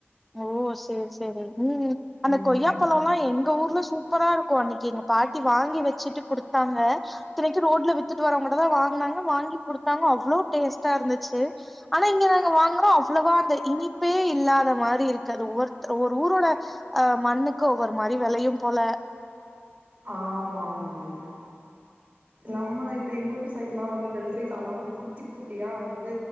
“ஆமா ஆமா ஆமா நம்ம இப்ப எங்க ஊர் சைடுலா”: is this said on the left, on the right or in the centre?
Right